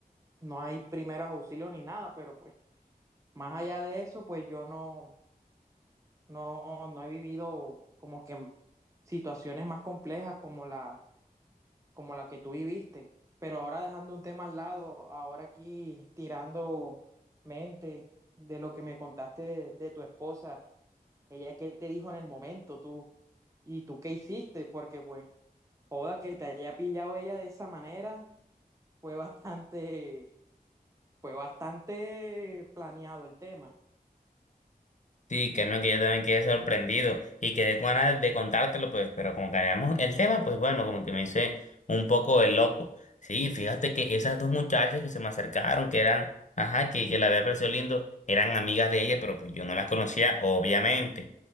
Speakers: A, on the right (about 20°); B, on the left (about 50°).
A: no hay primeros auxilios ni nada, pero pues más allá de eso pues yo no no, no he vivido como que situaciones más complejas como la, como la que tú viviste. Pero ahora dejando un tema al lado, ahora aquí tirando mente de lo que me contaste de, de tu esposa, ella qué te dijo en el momento, tú, y tú qué hiciste, porque pues, joda, que te haya pillado ella de esa manera, fue bastante, fue bastante planeado el tema.
B: Sí, que no, que yo también quedé sorprendido y quedé con ganas de contártelo, pues, pero como cambiamos el tema, pues bueno, como que me hice un poco el loco. Sí, fíjate que esas dos muchachas que se me acercaron, que eran, ajá, que, que la había parecido lindo, eran amigas de ella, pero pues yo no las conocía, obviamente.